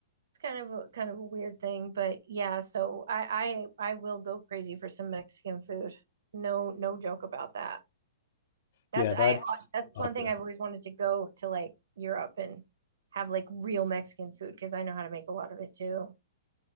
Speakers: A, on the right; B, on the left.
A: kind of a kind of a weird thing, but yeah, so I I I will go crazy for some Mexican food. No no joke about that. That's
B: Yeah, that's
A: I that's
B: up
A: one thing
B: there.
A: I've always wanted to go to like Europe and have like real Mexican food because I know how to make a lot of it too.